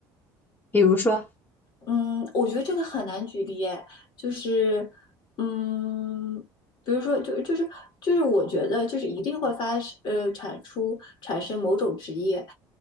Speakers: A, on the left (about 20°); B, on the left (about 55°).
A: 比如说，
B: 嗯，我觉得这个很难举例诶，就是，嗯，比如说，就就是就是，我觉得就是一定会发呃产出产生某种职业，